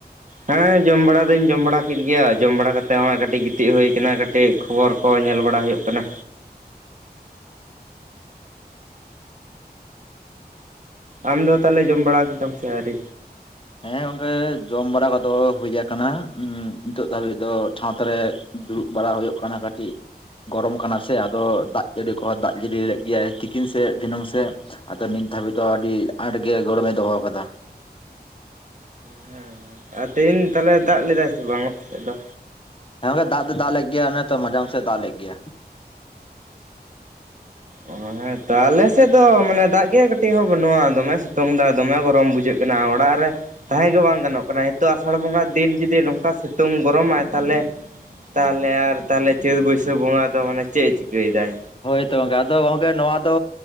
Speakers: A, on the right; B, on the left.
A: ᱦᱮᱸ ᱡᱚᱢ ᱵᱟᱲᱟ ᱫᱩᱧ ᱡᱚᱢ ᱵᱟᱲᱟ ᱠᱮᱫ ᱜᱮᱭᱟ ᱡᱚᱢ ᱵᱟᱲᱟ ᱠᱟᱛᱮᱜᱟᱜ ᱠᱟᱹᱴᱤᱡ ᱜᱤᱛᱤᱡ ᱦᱩ ᱟᱠᱟᱱᱟ ᱠᱟᱹᱴᱤᱡ ᱠᱷᱚᱵᱚᱨ ᱠᱚ ᱧᱮᱞ ᱵᱟᱲᱟ ᱦᱩᱭᱩᱜ ᱠᱟᱱᱟ, ᱟᱢ ᱫᱚ ᱛᱟᱦᱚᱞᱮ ᱡᱚᱢ ᱵᱟᱲᱟ ᱠᱮᱫᱟᱢ ᱥᱮ ᱟᱹᱣᱨᱤ?
B: ᱦᱮᱸ ᱜᱚᱝᱠᱮ ᱡᱚᱢ ᱵᱟᱲᱟ ᱠᱚᱫᱚ ᱦᱳᱭ ᱠᱟᱱᱟ ᱱᱤᱛᱚᱜ ᱫᱷᱟᱹᱵᱤᱡ ᱫᱚ ᱪᱷᱟᱛ ᱨᱮ ᱫᱩᱲᱩᱵ ᱵᱟᱲᱟ ᱦᱩᱭᱩᱜ ᱠᱟᱱᱟ ᱠᱟᱹᱴᱤᱡ, ᱜᱚᱨᱚᱢ ᱠᱟᱱᱟ ᱥᱮ ᱟᱫᱚ ᱫᱟᱜ ᱡᱟᱹᱲᱤ ᱠᱚᱦᱚᱸ ᱫᱟᱜ ᱡᱟᱹᱲᱤ ᱞᱮᱫ ᱜᱮᱭᱟᱭ ᱛᱤᱠᱤᱱ ᱥᱮᱫ ᱫᱷᱤᱱᱟᱹᱝ ᱥᱮᱫ, ᱟᱫᱚ ᱱᱤᱛ ᱫᱷᱟᱹᱵᱤᱡ ᱫᱚ ᱟᱹᱰᱤ ᱟᱸᱴ ᱜᱮ ᱜᱚᱲᱚᱢᱮ ᱫᱚᱦᱚ ᱟᱠᱟᱫᱟ᱾
A: ᱦᱮᱸ ᱦᱮᱸ ᱟᱨ ᱛᱮᱦᱮᱧ ᱛᱟᱦᱚᱞᱮ ᱫᱟᱜ ᱞᱮᱫᱟᱭ ᱥᱮ ᱵᱟᱝ ᱟᱯᱟᱥᱮᱫ ᱫᱚ?
B: ᱦᱮᱸ ᱜᱚᱝᱠᱮ ᱫᱟ ᱫᱚ ᱫᱟᱜ ᱞᱮᱫ ᱜᱮᱭᱟ ᱚᱱᱮ ᱛᱚ ᱢᱟᱡᱟᱢ ᱥᱮᱫ ᱫᱟᱜ ᱞᱮᱫ ᱜᱮᱭᱟ᱾
A: ᱚ ᱦᱮᱸ ᱛᱚ ᱟᱞᱮ ᱥᱮᱫ ᱫᱚ ᱢᱟᱱᱮ ᱫᱟᱜ ᱜᱮ ᱠᱟᱹᱴᱤᱡ ᱦᱚᱸ ᱵᱟᱹᱱᱩᱜᱼᱟ ᱫᱚᱢᱮ ᱥᱤᱛᱩᱝ ᱫᱟ ᱫᱚᱢᱮ ᱜᱚᱨᱚᱢ ᱵᱩᱡᱷᱟᱹᱜᱼᱼ ᱠᱟᱱᱟ ᱟᱲᱟᱨᱮᱼᱼ ᱛᱟᱦᱮᱸ ᱜᱮ ᱵᱟᱝ ᱜᱟᱱᱚᱜ ᱠᱟᱱᱟ ᱱᱤᱛᱚᱜ ᱟᱥᱟᱲ ᱵᱚᱸᱜᱟ ᱫᱤᱱ ᱡᱩᱫᱤ ᱱᱚᱝᱠᱟ ᱥᱤᱛᱩᱝ ᱜᱚᱨᱚᱢᱟᱭ ᱛᱟᱦᱚᱞᱮᱼᱼ ᱛᱟᱦᱚᱞᱮ ᱟᱨ ᱛᱟᱦᱚᱞᱮ ᱪᱟᱹᱛ ᱵᱟᱹᱭᱥᱟᱹᱠᱷ ᱵᱚᱸᱜᱟ ᱫᱚ ᱢᱟᱱᱮ ᱪᱮᱫ ᱮ ᱪᱤᱠᱟᱹᱭᱮᱫᱟᱭ,
B: ᱦᱳᱭ ᱛᱚ ᱜᱚᱝᱠᱮ ᱟᱫᱚ ᱜᱚᱝᱠᱮ ᱱᱚᱣᱟ ᱫᱚᱼᱼ